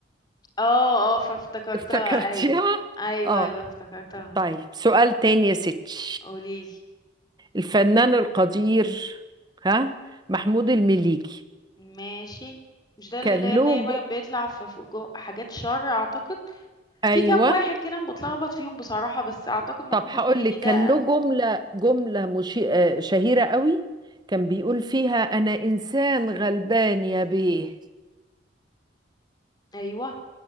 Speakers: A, on the left (about 20°); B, on the right (about 20°).
A: اه اه فافتكرتها
B: <laughs> افتكرتيها
A: ايوه ايوه
B: اه
A: ايوه افتكرتها
B: طيب سؤال تاني يا ستي
A: قوليلي
B: الفنان القدير ها محمود المليجي
A: ماشي مش ده اللي
B: كان
A: ده ان
B: له
A: هي مريم
B: جو-
A: بيطلع في في جو... حاجات شر اعتقد
B: ايوه
A: في كام واحد كده أنا بتلخبط فيهم بصراحة بس اعتقد محمود
B: طب هقول
A: المليجي
B: لك كان
A: ده
B: له جملة جملة مشي... آه، شهيرة قوي كان بيقول فيها أنا إنسان غلبان يا بيه <laughs>
A: ايوه